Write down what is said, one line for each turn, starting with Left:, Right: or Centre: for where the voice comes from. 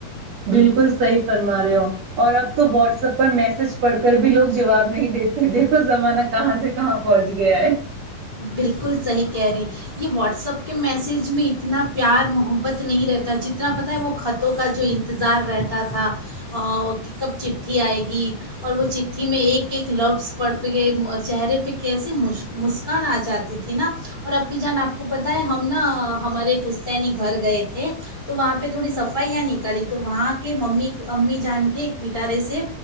Right: بالکل صحیح فرما رہے ہو اور اب تو واٹس ایپ پر میسج پڑھ کر بھی لوگ جواب نہیں دیتے دیکھو زمانہ کہاں سے کہاں پہنچ گیا ہے
Left: بالکل صحیح کہہ رہی یہ واٹسپ کے میسیج میں اتنا پیار محبت نہیں رہتا جتنا پتہ ہے وہ خطوں کا جو انتظار رہتا تھا کہ کب چٹھی آئے گی اور وہ چٹھی میں ایک ایک لفظ پڑھ پئے چہرے پہ کیسے مش مس کان آ جاتی تھی نا اور اپی جان آپ کو پتہ ہے ہم نا ہمارے پستینی گھر گئے تھے تو وہاں پہ تھوڑی صفائیاں نکالی تو وہاں کے ممی امی جان کے ایک پٹارے سے